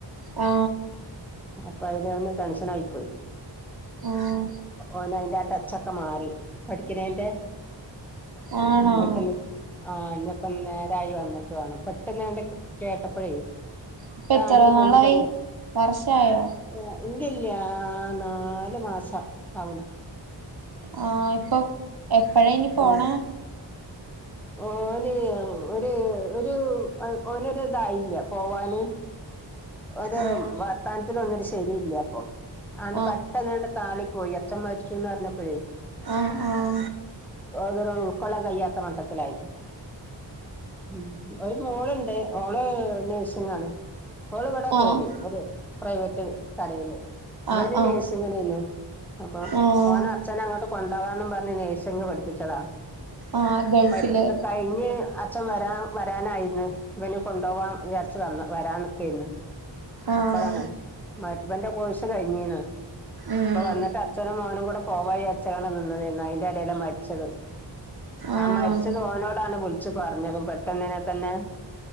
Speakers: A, on the right (about 55°); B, in the centre.
A: ആ
B: അപ്പോ അയിലൊന്ന് ടെൻഷനായി പോയി
A: മം
B: ഓനയിന്റെ ആ ടെച്ചൊക്കെ മാറി പഠിക്കിനേന്റെ
A: ആ ആണോ
B: ഇഞ്ഞിപ്പം ആ ഇന്നിപ്പം നേരായി വന്നിട്ട് വേണം പെട്ടന്നാണ്ട് കേട്ടപ്പഴേ
A: ഇപ്പ
B: ഒരാണും
A: എത്ര
B: ഒരു
A: നാളായി
B: പെണ്ണും തന്നെ
A: വർഷായോ
B: ആ ഇല്ലല്ല്യ ആ നാലു മാസം ആവ്ണ്
A: ആ ഇപ്പൊ എപ്പഴാ ഇനി പോണേ
B: ഉം ഓന് ഒര് ഒരു ഓനെ ഒര് ഇതായില്ല പോവാന് <inaudible> ഓന്റേ
A: ആഹ്
B: വർത്താനത്തിലൊന്നും ശെരില്ല്യപ്പോ ആണ്ട്
A: ആഹ്
B: പെട്ടന്നണ്ട് കാളി പോയി അച്ഛൻ മരിച്ചൂന്നറഞ്ഞപ്പയേ
A: ആഹ് ആഹ്
B: ഓനൊരു ഉൾക്കൊളാൻ കയ്യാത്ത മട്ട ട്ടത്തിലായി ഉം ഒരു മോളുണ്ട് ഓള് നഴ്സിംഗ് ആണ് ഓള് ഇവിടെ
A: ആഹ്
B: കേറി
A: ആഹ്
B: ഒരു പ്രൈവറ്റ് കടേയില് ഇവെന്
A: ആഹ്
B: നഴ്സിങ്ങിനേനു അപ്പൊ
A: ആഹ് ആഹ് ആഹ്
B: ഓനെ അച്ഛനങ്ങോട്ട് കൊണ്ടവാന്നും പറഞ്ഞ് നേഴ്സിംഗ് പഠിപ്പിച്ചത
A: ആഹ് ഗൾഫില്
B: പ ഇത് കഴിഞ്ഞ് ആ ച്ചൻ വരാ വരാനായിന്ന് ഇവനെ കൊണ്ടോവ്വാൻ വിചാരിച്ച് വന്ന് വരാന്നിക്കേയ്ന്ന്
A: ആഹ്
B: അപ്പഴാണ് മ വന്റെ കോയ്സ് കഴിഞ്ഞീണ്
A: ഉം
B: പ്പൊ വന്നിട്ട് അച്ഛനും മോനും കൂടെ പോവ വിജരിച്ചണ് അതിന്റെ ഇടയിലാണ് മരിച്ചത് ആ
A: ആഹ്
B: മരിച്ചതോനോടാണ് വിള്ച്ച് പറഞ്ഞതും പെട്ടെന്നിനെ തന്നെ